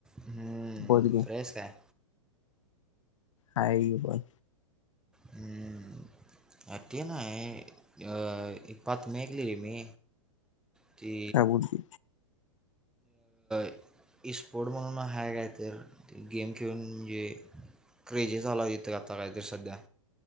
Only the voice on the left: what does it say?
बोल की
हाय बा.
काय बोलती